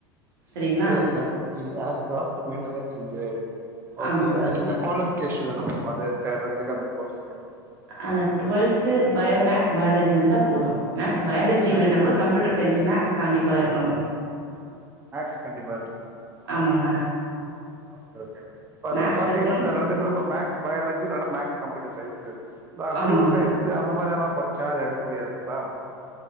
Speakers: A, on the right; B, on the right.
A: சரிங்களா
B: A M E R craft மெயின்டன ஸிஜே ஓகே
A: ஆமாங்க
B: அது என்ன க்வாலிஃப கேஷ் வேணு அது சேர்ரதுக்கு அந்த கோர்ஸ் சே
A: அ ட்வெல்த்து பயோ மேக்ஸ் பயாலஜி இருந்தா போதும் மேக்ஸ் பயாலஜி இல்லன்னா
B: மேக்ஸ்
A: கூட கம்யூட்டர் சயின்ஸ் மேக்ஸ் கண்டிப்பா இருக்கணு
B: மேக்ஸ் கண்டிப்பா இருக்கனு
A: ஆமாங்க
B: ஓகே ஓகே இப்பதுல
A: மேக்ஸ்
B: பாத்தீங்கனா
A: இருக்கணும்
B: இந்த ரெண்டு குரூப் மேக்ஸ் பயாலஜி இல்லனா மேக் ஸ் கம்ப்யூட்டர் சைன்ஸு அ
A: ஆமாங்க
B: ப்யூர் சயின்ஸு அந்த மாரியல்லா படுச்சா அது எடுக்க முடியாதுங்ளா